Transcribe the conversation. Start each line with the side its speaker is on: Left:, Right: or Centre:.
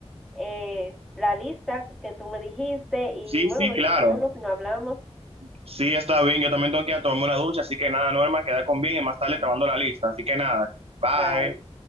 Centre: eh, la lista que tú me dijiste y
Right: sí,
Centre: bueno,
Right: sí,
Centre: nos
Right: claro.
Centre: chequeamos y nos hablamos.
Right: Sí, está bien. Yo también tengo que ir a tomarme una ducha, así que nada, Norma, queda con bien y más tarde te mando la lista. Así que nada, bye.
Centre: Bye.